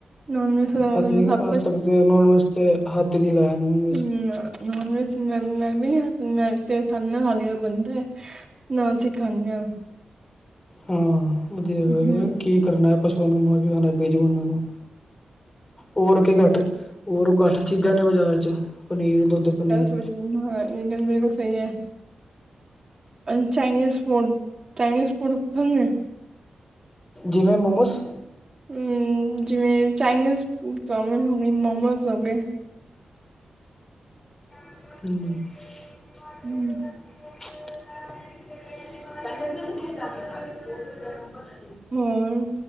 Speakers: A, on the right (about 25°); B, on the left (about 20°).
A: ਨੋਨ ਵੈਜ ਤੋਂ ਇਲਾਵਾ
B: <unintelligible> ਅੱਜ
A: ਮੈਂ ਸਭ
B: ਤੱਕ ਤੇ ਨਨ ਵੈਜ ਤੇ ਹੱਥ ਨੋਨ ਵੈਜ
A: ਹਮ। ਮੈਂ ਵੀ ਨ ਮ ਤੇ ਖ <unintelligible> ਹਾਲੇਲ ਬੰਦਾ <unintelligible> ਨਾ ਅਸੀਂ ਖਾਂਦੇ ਆਂ ਹ <unintelligible>
B: ਹਾਂ, ਵਧੀਆ ਵਧੀਆ
A: ਹੂੰ
B: ਕੀ ਕਰਨਾ ਪਸੂਆਂ ਨੂੰ ਮਾਰ ਕੇ ਖਾਣਾ ਬੇਜਮਾਨਾਂ ਨੂੰ। ਹੋਰ ਕੀ ਘੱਟ ਹੋਰ ਘੱਟ ਚੀਜ਼ਾਂ ਨੇ ਬਾਜ਼ਾਰ ਚ ਪਨੀਰ, ਦੁੱਧ, ਪਨੀਰ
A: <unintelligible> ਹਾਂ ਇਹ ਗੱਲ ਬਿਲਕੁਲ ਸਹੀ ਹੈ। ਅਨ ਚਾਈਨੀਜ਼ ਫੂਡ ਚਾਈਨੀਜ਼ ਫੂਡ <unintelligible> ਨੇ-
B: ਜਿਵੇਂ ਮੋਮੋਸ?
A: ਹਮ, ਜਿਵੇਂ ਚਾਈਨੀਜ਼ ਚੋਮਿਨ ਹੋ ਗਈ। ਮੋਮੋਸ ਹੋ ਗਏ।
B: ਹਮ।
A: ਹੁੰ,
B: <unintelligible>
A: ਹੋਰ?